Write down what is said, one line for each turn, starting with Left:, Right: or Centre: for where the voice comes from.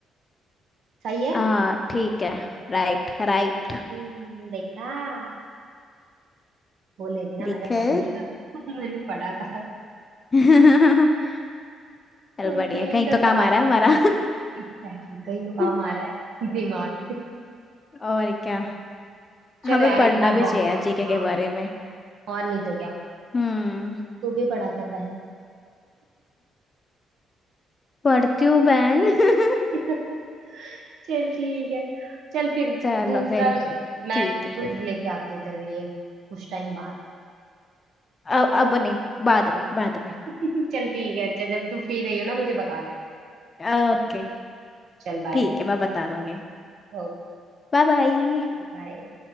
Right: सही है
Left: हाँ ठीक है Right right
Right: हम्म, देखा बोले थे ना
Left: देखो
Right: मैंने पढ़ा था <laughs> मैंने पढ़ा था
Left: <laughs> चल
Right: भाई
Left: बढ़िया
Right: कहीं
Left: कहीं
Right: तो
Left: तो काम
Right: काम
Left: आ रहा है
Right: आ
Left: हमारा
Right: गया एग्जैक्टली exactly, कहीं तो
Left: <laughs>
Right: काम आ रहा है <laughs> दिमाग
Left: और क्या
Right: चलो
Left: हमें
Right: यार
Left: पढ़ना
Right: इतना
Left: भी चाहिए
Right: बहुत
Left: जीके
Right: था
Left: के बारे में
Right: और नहीं तो क्या
Left: हम्म
Right: तू भी पढ़ा कर बहन
Left: पढ़ती हूँ बहन <laughs>
Right: <laughs> चल ठीक है चल फिर
Left: चलो
Right: दूसरा
Left: फिर
Right: मैं
Left: ठीक है
Right: क्विज लेके आती हूँ तेरे लिए कुछ टाइम बाद
Left: अब अब नहीं बाद में बाद में
Right: <laughs> चल ठीक है अच्छा जब तू फ्री रही हो ना मुझे बता देना
Left: ओके
Right: चल बाय
Left: ठीक है मैं बता दूंगी
Right: ओके
Left: Bye bye
Right: बाय